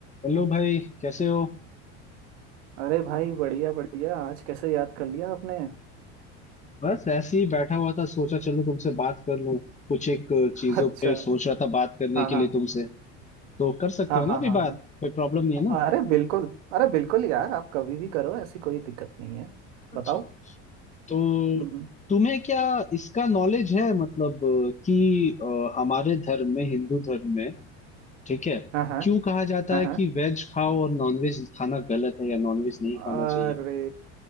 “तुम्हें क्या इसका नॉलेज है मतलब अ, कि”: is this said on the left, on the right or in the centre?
Left